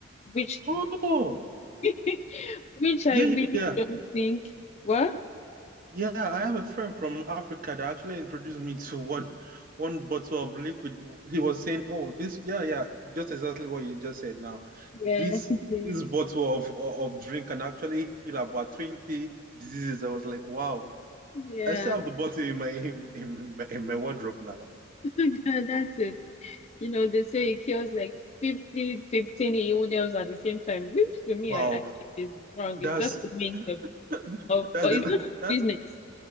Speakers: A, on the left (about 35°); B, on the right (about 45°).
A: which
B: Oh,
A: <laughs> which I
B: yeah,
A: really
B: yeah, yeah.
A: don't think. What?
B: Yeah, I have a friend from Africa that actually introduced me to one one bottle of liquid. He was saying, "Oh, this, yeah, yeah, just exactly what you just said now.
A: Yeah.
B: This
A: <laughs>
B: this bottle of of drink can actually heal about 20 diseases." I was like, "Wow."
A: Yeah.
B: I still have the bottle in my in, in my in my wardrobe now.
A: <laughs> That's it. You know, they say it kills like 50, 15 illness at the same time, which to me,
B: Wow.
A: I, I think is wrong.
B: That's
A: It's just a means
B: <laughs>
A: of,
B: that's
A: of, or it's
B: a,
A: not a
B: that
A: business,